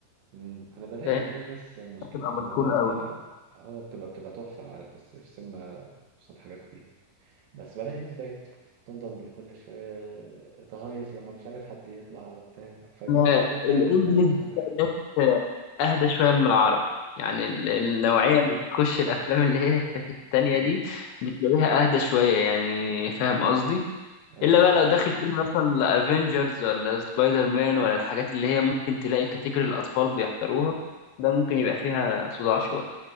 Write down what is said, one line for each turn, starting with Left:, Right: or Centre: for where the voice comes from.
Right: مم. أنا بلاقي
Left: فاهم؟
Right: والله ناس مشكلتي
Left: بتبقى مشهوره
Right: في الموضوع ده
Left: قوي
Right: اه بتبقى بتبقى تحفة عارف في الس- في السينما خصوصا الحاجات دي بس بلاقي ناس بقت تفضل كل شوية تهيص لما مش عارف حد يطلع ولا بتاع فدي
Left: آه،
Right: مشكلتها
Left: الانجليش
Right: إن لازم
Left: بتلاقي
Right: تكون عارف
Left: ناس اهدى شويه من العرب يعني ال- النوعيه اللي بتخش الافلام اللي هي <laughs> التانية
Right: <laughs>
Left: دي بتلاقيها اهدى شويه يعني فاهم قصدي
Right: أيوة
Left: الا بقى لو داخل فيلم مثلا افنجرز ولا سبايدر مان ولا الحاجات اللي هي ممكن تلاقي كاتيجوري الاطفال بيحضروها ده ممكن يبقى فيها صداع شويه